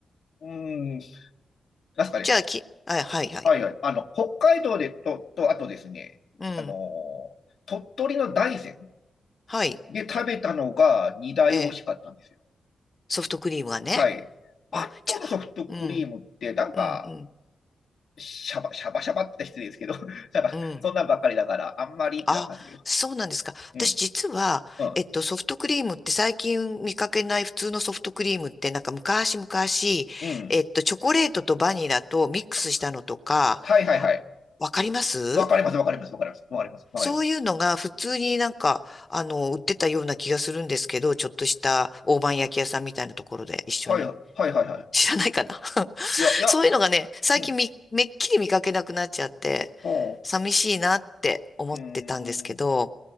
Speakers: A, on the left; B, on the left.
A: うーん、なんすかね。
B: じゃあ、き、あ、はいはい。
A: はいはい。あの、北海道でと、と、あとですね、
B: うん。
A: あのー鳥取の大山
B: はい。
A: で食べたのが2台美味しかったんですよ。
B: ええ、ソフトクリームはね。
A: はい。あとのソフトクリームって、
B: あ、じゃあ、うん、
A: なんか、
B: うん、うん、
A: シャバ、シャバシャバって言ったら失礼ですけど、<laughs> なんか、
B: うん。
A: そんなんばっかりだから、あんまりってなったんですけど。
B: あ、そうなんですか。
A: うん、
B: 私実は、
A: うん、
B: えっと、ソフトクリームって最近見かけない普通のソフトクリームって、なんか昔々、
A: うん。
B: えっと、チョコレートとバニラとミックスしたのとか、
A: あはいはいはい。
B: わかります
A: わかります、わかります、わかります、わかります、わかります。
B: そういうのが普通になんか、あの、売ってたような気がするんですけど、ちょっとした大判焼き屋さんみたいなところで一緒に。
A: はいはい、はいはいはい。
B: 知らないかな <laughs>
A: いや、いや、
B: そういうのがね、最近みめっきり見かけなくなっちゃって、
A: うん、ほ
B: 寂しいなって思ってたんですけど、
A: う、うーん、